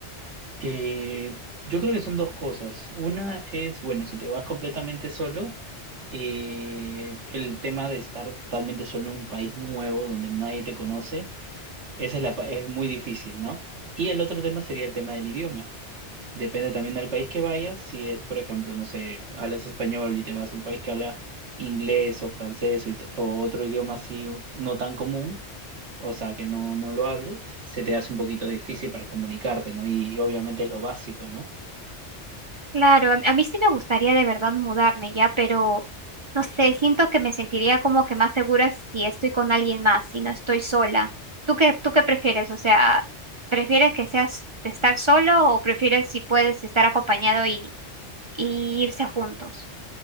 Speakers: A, on the right (about 75°); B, on the right (about 40°).
A: Eh, yo creo que son dos cosas. Una es, bueno, si te vas completamente solo, eh, el tema de estar totalmente solo en un país nuevo donde nadie te conoce, esa es la, pa- es muy difícil, ¿no? Y el otro tema sería el tema del idioma. Depende también del país que vayas. Si es, por ejemplo, no sé, hablas español y te vas a un país que habla inglés o francés o, ita- o otro idioma así no tan común, o sea, que no, no lo hables, se te hace un poquito difícil para comunicarte, ¿no? Y, obviamente es lo básico, ¿no?
B: Claro, a, a mí sí me gustaría de verdad mudarme ya, pero no sé, siento que me sentiría como que más segura si estoy con alguien más, si no estoy sola. ¿Tú qué, tú qué prefieres? O sea, ¿prefieres que seas de estar solo o prefieres si puedes estar acompañado y y irse juntos.